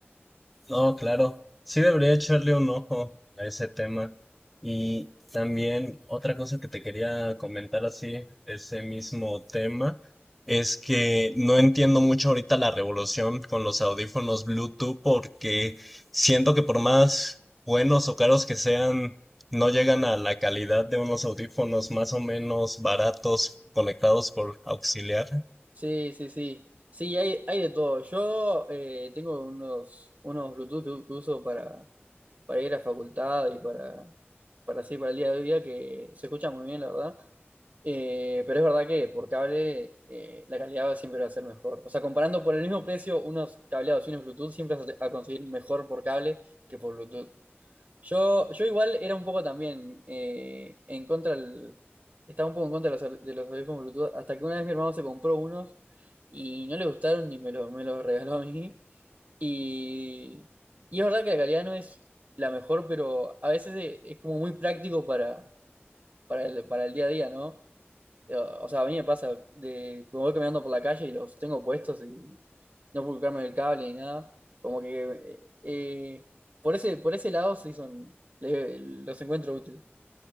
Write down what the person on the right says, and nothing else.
Sí, sí, sí. Sí, hay, hay de todo. Yo eh, tengo unos, unos Bluetooth que u- que uso para para ir a la facultad y para, para así, para el día a día, que se escucha muy bien, la verdad. Eh, pero es verdad que por cable eh, la calidad siempre va a ser mejor. O sea, comparando por el mismo precio, unos cableados y unos Bluetooth, siempre vas a a conseguir mejor por cable que por Bluetooth. Yo, yo igual era un poco también eh, en contra del- estaba un poco en contra de los, aur- de los audífonos Bluetooth, hasta que una vez mi hermano se compró unos y no le gustaron ni me los, me los regaló a mí. Y, y es verdad que la calidad no es la mejor, pero a veces e- es, como muy práctico para, para el, para el día a día, ¿no? Eh, O sea, a mí me pasa de que me voy caminando por la calle y los tengo puestos y no puedo colocarme el cable ni nada. Como que eh, eh, por ese, por ese lado sí son, le- los encuentro útiles.